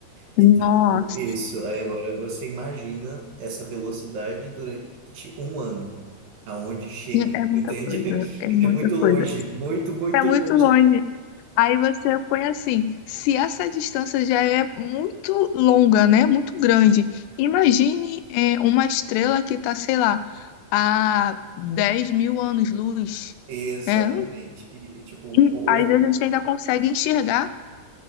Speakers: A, on the right; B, on the left.
A: Então,
B: Nossa.
A: isso. Aí agora você imagina essa velocidade durante um ano, aonde chega,
B: É é muita
A: entende?
B: coisa,
A: <laughs>
B: é muita
A: É muito longe,
B: coisa.
A: muito, muito
B: É muito
A: longe.
B: longe. Aí você põe assim, se essa distância já é muito longa, né? Muito grande. Imagine é, uma estrela que está, sei lá, a 10 mil anos-luz.
A: Exatamente.
B: É,
A: E, tipo, ou
B: e às vezes a gente ainda consegue enxergar.